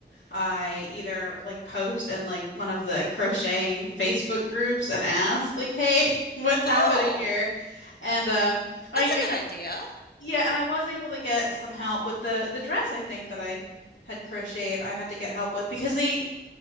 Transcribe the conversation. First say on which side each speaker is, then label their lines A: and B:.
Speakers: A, on the left; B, on the left.
A: I either like post in like one of the crocheting Facebook groups and ask like, "Hey, <laughs> what's happening
B: Oh,
A: here?" And um, I,
B: that's a
A: I,
B: good idea.
A: yeah, and I was able to get some help with the the dress I think that I had crocheted. I had to get help with because they